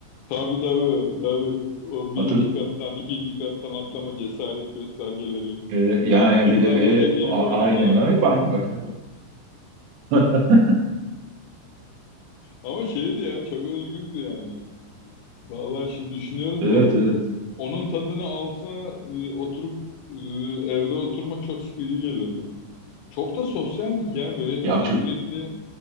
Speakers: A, on the left; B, on the right.
A: Tabii tabii tabii. O birinci
B: Hatır,
A: kattan ikinci kattan atlama cesaret göstergeleri.
B: e, yani
A: Kızlarla
B: bir de evet,
A: evcilik
B: a-
A: oynamalar.
B: aynen ya hep aynı bak. <laughs>
A: Ama şeydi ya çok özgürdü yani. Vallahi şimdi düşünüyorum
B: Evet
A: da
B: evet.
A: onun tadını alsa e, oturup e, evde oturmak çok sıkıcı gelirdi. Çok da sosyaldik ya böyle
B: Ya
A: hani
B: ço-
A: sürekli